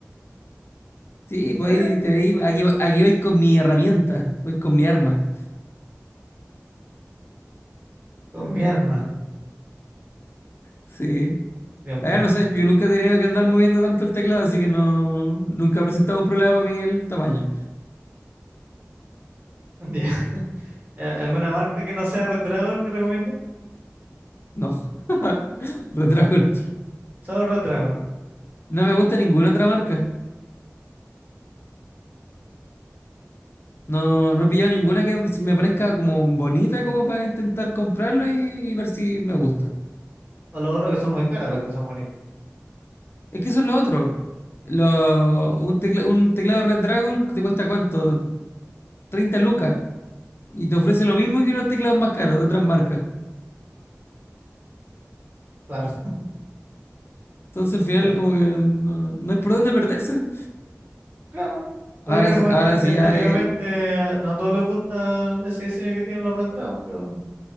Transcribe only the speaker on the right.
serio?
Con mi arma,
Dios mío.
<laughs> Ya. Eh, ¿Alguna marca que no sea Red Dragon que recomiende?
Solo Red Dragon.
O los otros que son muy caras, los que son bonitos.
Claro. <laughs>
Pero,
Claro.
Podría argumentar
que
estéticamente
eh, no a todos les gusta ese diseño que tienen los Red Dragon, pero